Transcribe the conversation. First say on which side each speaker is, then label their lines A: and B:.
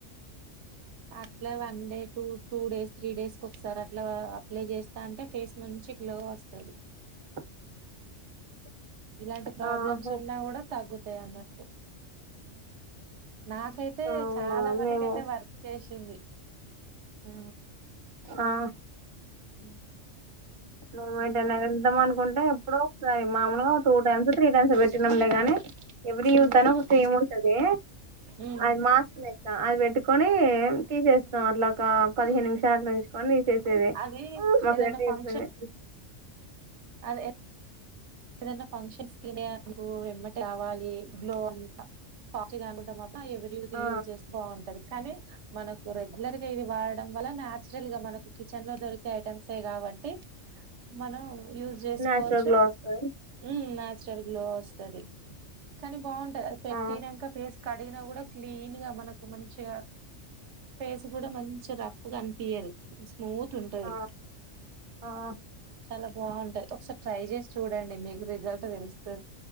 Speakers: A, on the right (about 35°); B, on the right (about 70°).
A: <unintelligible>
B: అట్లా one day two two days three డేస్కిసారి అట్లా అప్లై చేస్తా అంటే ఫేస్ మంచి, గ్లో వస్తాది.
A: <unintelligible>
B: ఇలాంటి ప్రాబ్లమ్స్
A: ఆహా
B: ఉన్నా కూడా తగ్గుతాయి. అన్నట్టు నాకైతే
A: అవునా
B: చాలా మటుకైతే
A: మేము
B: వర్క్ చేసింది. ఉ
A: ఆ
B: ఉమ్
A: మేము వేటన వెద్దాం, అనుకుంటే ఎప్పుడో ఒకసారి మామలుగా టూ టైమ్స్ త్రీ టైమ్స్ పెట్టినాంలే గాని, ఎవరీ
B: ఉమ్
A: యూత్ అన్ని క్రీమ్ ఉంటది
B: ఉమ్
A: అది మాస్క్ లేక్కా అది పెట్టుకొన్ని, తీసేస్తాం అట్లా ఒక పదిహేను నిమిషాలట్ల ఉంచుకొని తీసే
B: అది
A: మా
B: ఏదైనా
A: ఫ్రెండ్
B: ఫంక్షన్
A: చెప్పలే
B: అదే ఏదనా ఫంక్షన్స్ కి నాకు ‌ఎమటే కావాలి గ్లో అంత <unintelligible> ఎవ్రీయూత్
A: ఆ
B: యూజ్ చేస్తే బాగుంటది కానీ మనకు రెగ్యులర్ గా ఇది వాడడం వల్ల నాచురల్ గా మనకు కిచెన్ లో దొరికే ఐటమ్సే కాబట్టి మనం యూజ్ చేసుకోవచ్చు
A: నాచురల్ గ్లో వస్తది
B: మ్ నాచ్రల్ గ్లో వస్తది కానీ బాగుంటది అది పెట్టినాక
A: ఆ
B: ఫేస్ కట్ కడిగినా కూడా క్లీన్ గా మనకు మంచిగా ఫేస్ కూడా మంచి రఫ్గా అ పీయల్ స్మూత్ ఉంటది
A: ఆ ఆ
B: చాలా బాగుంటది ఒకసారి ట్రై చేసి చూడండి మీకు రిజల్ట్ తెలుసు